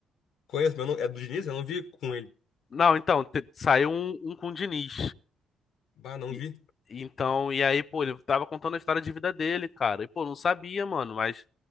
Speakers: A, on the left; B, on the left.
A: Conheço, mas eu não, é do Diniz, eu não vi com ele.
B: Não, então, te- saiu um, um com o Diniz.
A: Bah, não
B: E,
A: vi.
B: então, e aí, pô, ele tava contando a história de vida dele, cara. E, pô, não sabia, mano, mas